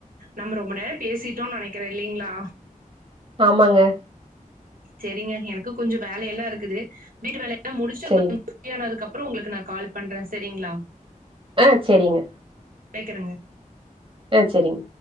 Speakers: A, on the right (about 80°); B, on the right (about 40°).
A: நம்ம ரொம்ப நேரப் பேசிட்டோன் நெனைக்கிறே இல்லைங்ளா
B: ஆமாங்க
A: செரிங்க எனக்கு கொஞ்சோ வேலையெல்லா இருக்குது வீட்டு வேலையெல்லாம் முடிச்ட்டு
B: செரிங்
A: கொஞ் ப்ரீயானதுக்கப்றோ வுங்ளுக்கு நா கால் பண்றே செரிங்ளா.
B: அ செரிங்க
A: வெக்கறங்கே
B: அ செரிங்க